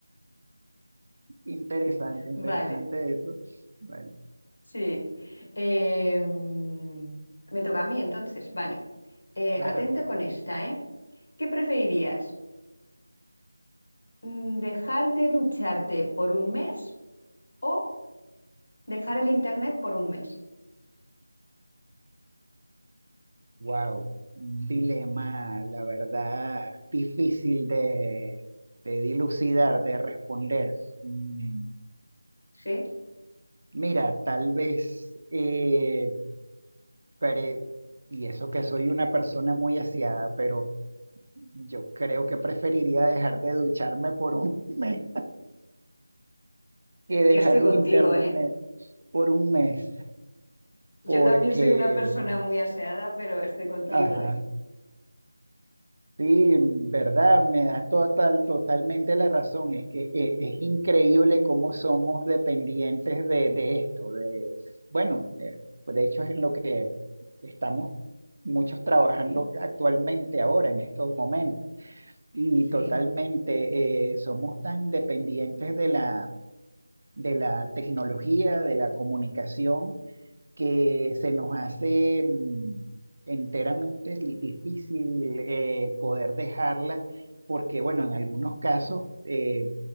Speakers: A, on the right; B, on the left.
A: Interesante, interesante
B: Vale,
A: esto. Bueno,
B: sí. Eh, mm, me toca a mí entonces, vale. Eh,
A: claro,
B: atento con esta, ¿eh? ¿Qué preferirías? Mm, ¿Dejar de ducharte por un mes o dejar el internet por un mes?
A: wow, un dilema, la verdad, difícil de, de dilucidar, de responder. Mm,
B: Sí,
A: Mira, tal vez, eh, pre- y eso que soy una persona muy aseada, pero Yo creo que preferiría dejar de ducharme por un <laughs> mes que
B: yo
A: dejar
B: estoy
A: el
B: contigo,
A: internet
B: ¿eh?
A: por un mes,
B: Yo
A: porque,
B: también soy una persona muy aseada, pero estoy contigo,
A: ajá,
B: ¿eh?
A: sí, en verdad, me da total, totalmente la razón. Es que eh, es, increíble cómo somos dependientes de, de esto, de, bueno, eh, de hecho es en lo que estamos muchos trabajando
B: Sí,
A: actualmente ahora, en estos momentos, y
B: sí,
A: totalmente eh, somos tan dependientes de la de la tecnología, de la comunicación, que se nos hace mm, enteramente li- difícil eh, poder dejarla, porque bueno, en algunos casos eh,